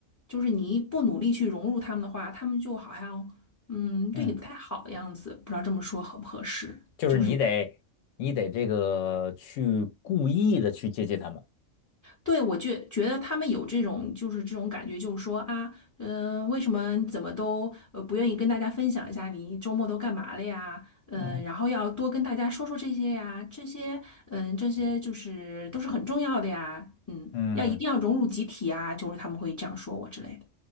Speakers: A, on the left (about 20°); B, on the left (about 70°).
A: 就是你不努力去融入他们的话，他们就好像嗯对你不太好的样子，
B: 嗯，
A: 不知道这么说合不合适。
B: 就是你得你得这个去故意的去接近他们。
A: 就是。对，我觉觉得他们有这种，就是这种感觉，就是说啊，嗯，为什么怎么都呃不愿意跟大家分享一下你周末都干嘛了呀？嗯、
B: 嗯
A: 然后要多跟大家说说这些呀，这些嗯、这些就是都是很重要的呀，嗯，
B: 嗯。
A: 要一定要融入集体啊，就是他们会这样说我之类的。